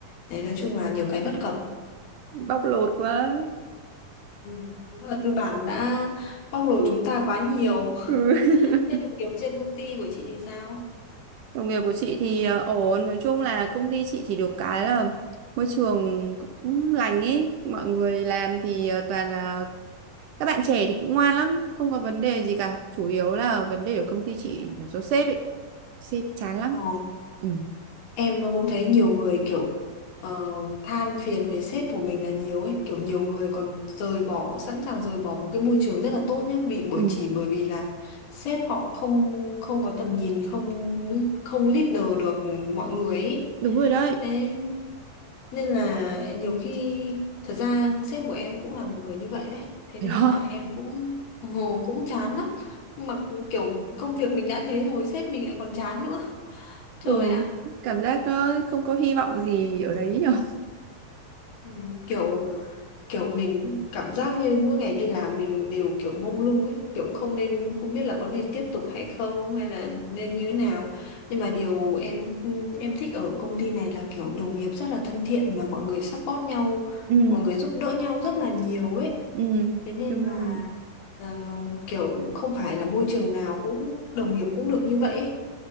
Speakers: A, on the left; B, on the right.
A: Đấy, nói chung là nhiều cái bất cập.
B: bóc lột quá
A: Ừ, đúng là tư bản đã bóc lột
B: ừ.
A: chúng ta quá nhiều.
B: <laughs>
A: Thế đồng nghiệp trên công ty của chị thì sao?
B: đồng nghiệp của chị thì ờ, ổn nói chung là công ty chị thì được cái là môi trường cũng lành ấy mọi người làm thì ờ, toàn là Các bạn trẻ thì cũng ngoan lắm, không có vấn đề gì cả. Chủ yếu là vấn đề ở công ty chị là do sếp ấy. Sếp chán lắm.
A: Ờ,
B: Ừ,
A: em cũng thấy nhiều người kiểu ờ, than phiền về sếp của mình là nhiều ấy, kiểu nhiều người còn rời bỏ, sẵn sàng rời bỏ một cái môi trường rất là tốt nhá, vì bởi
B: ừ,
A: chỉ bởi vì là sếp họ không không có tầm nhìn, không không leader được mọi người ấy.
B: đúng rồi đấy.
A: Thế nên là nhiều khi thật ra sếp của em cũng là một người như vậy đấy thế nên
B: Thấy không?
A: là em
B: <laughs>
A: cũng ồ, cũng chán lắm mà kiểu công việc mình đã thế rồi sếp mình lại còn chán nữa trời
B: Ừ,
A: ạ
B: cảm giác nó không có hy vọng gì ở đấy nhở. <laughs>
A: Ừ, kiểu kiểu mình cảm giác như mỗi ngày đi làm mình đều kiểu mông lung ấy kiểu không nên không biết là có nên tiếp tục hay không hay là nên như thế nào nhưng mà điều em em thích ở công ty này là kiểu đồng nghiệp rất là thân thiện mà mọi người support nhau
B: Ừ,
A: mọi người giúp đỡ nhau rất là nhiều ấy
B: ừ,
A: thế nên
B: đúng
A: là
B: rồi.
A: ờ, kiểu không phải là môi trường nào cũng đồng nghiệp cũng được như vậy ấy.